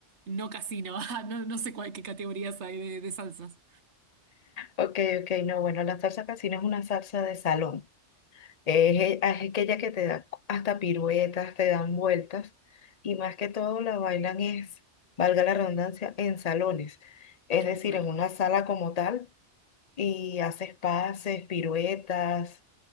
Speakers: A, on the right (about 70°); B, on the left (about 40°).
A: no casino? <laughs> Ah, no, no sé cuál, qué categorías hay de, de salsas.
B: Ok, ok, no, bueno, la salsa casino es una salsa de salón. Es, e- es aquella que te da hasta piruetas, te dan vueltas y más que todo la bailan es, valga la redundancia, en salones, es
A: Ah,
B: decir,
A: claro.
B: en una sala como tal y haces pases, piruetas,